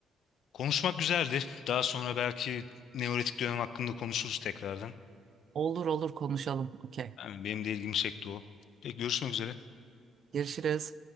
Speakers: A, on the left; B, on the right.
A: Konuşmak güzeldi. Daha sonra belki Neolitik dönem hakkında konuşuruz tekrardan.
B: Olur olur konuşalım. Okey.
A: Yani benim de ilgimi çekti o. Peki görüşmek üzere.
B: Görüşürüz.